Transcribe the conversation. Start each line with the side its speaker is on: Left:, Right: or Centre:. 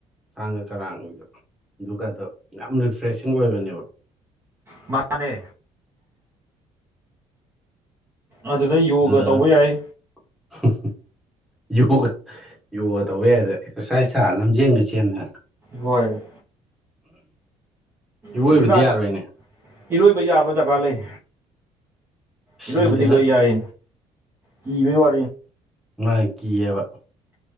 Centre: ꯊꯥꯡꯒ ꯀꯔꯥꯡꯗꯣ ꯑꯗꯨꯒꯗꯣ ꯌꯥꯝ ꯔꯤꯐ꯭ꯔꯦꯁꯤꯡ ꯑꯣꯏꯕꯅꯦꯕ
Right: ꯃꯥꯅꯦ ꯑꯗꯨꯗ ꯌꯣꯒ
Centre: ꯑꯗꯨꯗꯒ
Right: ꯇꯧꯕ ꯌꯥꯏ
Centre: <unintelligible> ꯌꯣꯒ ꯌꯣꯒ <unintelligible> ꯁꯥꯔ ꯂꯝꯖꯦꯟꯒ ꯆꯦꯟꯗꯅ
Right: ꯍꯣꯏ
Centre: ꯏꯔꯣꯏꯕꯗꯤ
Right: ꯍꯧꯖꯤꯛꯀꯥꯟ
Centre: ꯌꯥꯔꯣꯏꯅꯦ
Right: ꯏꯔꯣꯏꯕ ꯌꯥꯕ ꯗꯔꯀꯥꯔ ꯂꯩ
Centre: ꯁꯤꯗꯅ
Right: ꯏꯔꯣꯏꯕꯗꯤ ꯂꯣꯏ ꯌꯥꯏ ꯀꯤꯕꯩ ꯋꯥ
Centre: ꯃꯅꯤ ꯀꯤꯍꯥꯏꯕ